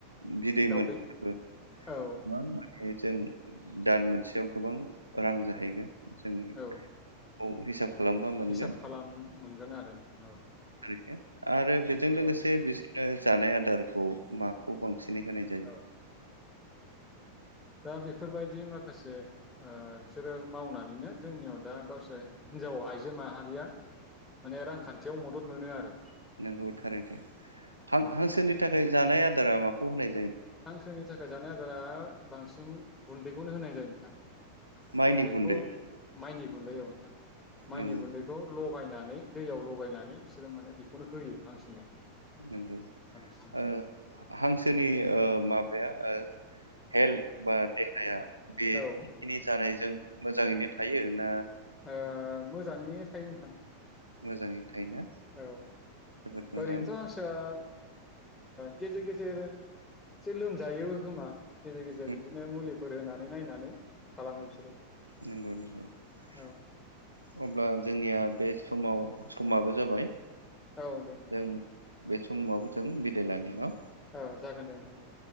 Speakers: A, on the right; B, on the left.
A: बिदैमोन
B: दाउदै
A: <inaudible> <inaudible>
B: औ
A: मानेजों दान मोनसेयाव गोबां रां जाहैगोन। जोंनि
B: औ
A: औ हिसाब खालामबा मोनगोन
B: हिसाब खालामनो मोनगोन आरो। औ
A: <inaudible> आरो बेजों लोगोसे
B: औ
A: बि जानाय आदारखौ माखौ बांसि <unintelligible> होनाय जायो।
B: औ दा बेफोरबायदि माखासे ओ बिसोरो मावनानैनो जोंनियाव दा गावसोर हिन्जाव आइजो माहारिया माने रांखान्थियाव मदद मोनो आरो।
A: नंगौ थारैनो हां
B: औ
A: हांसोनि थाखाय जानाय आदार आदारा माखौ होनाय जाय?
B: हांसोनि थाखाय जानाय आदारा बांसिन गुन्दैखौनो होनाय जायो नोंथां।
A: माइनि
B: गुन्दैखौ
A: गुन्दै
B: माइनि गुन्दै औ नोंथां माइनि
A: नंगौ
B: गुन्दैखौ ल' <unintelligible> दैयाव लगायनानै बिसोरो माने बेखौनो होयो हांसोनो।
A: नंगौ
B: बांसिन
A: ओ हांसोनि ओ माबाया हेल्थ बा देहाया बेखिनि
B: औ ओ
A: जानायजों मोजाङैनो थायो ना?
B: ओ मोजाङैनो थायो नोंथां।
A: मोजाङैनो थायोना
B: औ
A: जोबोद मोजां
B: ओरैन्थ' <unintelligible> ओ गेजेर गेजेर एसे लोमजायोबो खोमा गेजेर गेजेर
A: उम
B: बिदिनो मुलि फोर होनानै नायनानै खालामो बिसोरो
A: नंगौ नंगौ
B: औ
A: <inaudible> अब्ला जोंनिया बे समाव समाबो जाबाय
B: औ दे नोंथां
A: जों बे समाव जों बिदायलानि न'
B: औ जागोन दे नोंथां दे